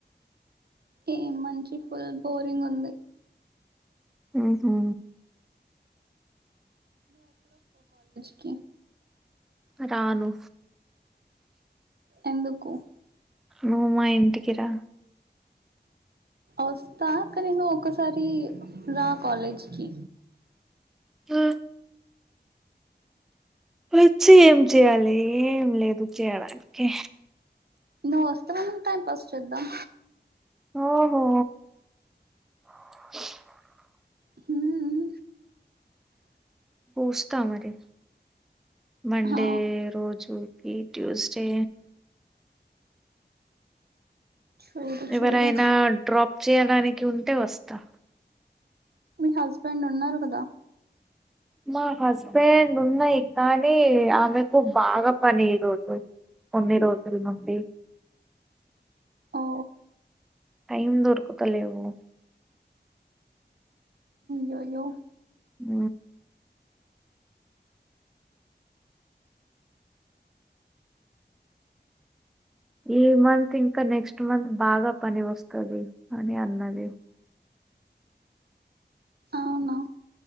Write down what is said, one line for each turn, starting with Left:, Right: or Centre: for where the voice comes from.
Right: ఏం మంచి ఫుల్ బోరింగ్ ఉంది
Centre: ఊహూ
Right: కి
Centre: రాను
Right: ఎందుకు
Centre: నుమా ఇంటికి రా
Right: వస్తా కాని నేను ఒకసారి రా కాలేజ్కిి
Centre: ఆ వచ్చి ఏం చేయాలి ఏం లేదు చేయడానికి
Right: నువ్ వస్త మన టైమ్ పాస్ చేద్దాం
Centre: ఓహో <inaudible>
Right: హ్మ్
Centre: చుస్త మరి మండే
Right: ఆ
Centre: రోజుకి ట్యూస్డే
Right: చూడు
Centre: ఎవరైనా
Right: చూడు
Centre: డ్రాప్ చేయడానికి ఉంటే వస్తా
Right: మీ హస్బెండ్ ఉన్నారు కదా
Centre: మా హస్బెండ్ ఉన్నాయి కానీ ఆమెకు బాగా పని ఈ రోజు కొన్ని రోజుల నుండి
Right: ఓ
Centre: టైమ్ దొరుకుతా లేదు
Right: యోయో
Centre: ఉ ఈ మంత్ ఇంకా నెక్స్ట్ మంత్ బాగా పని వస్తది అని అన్నది
Right: అవునా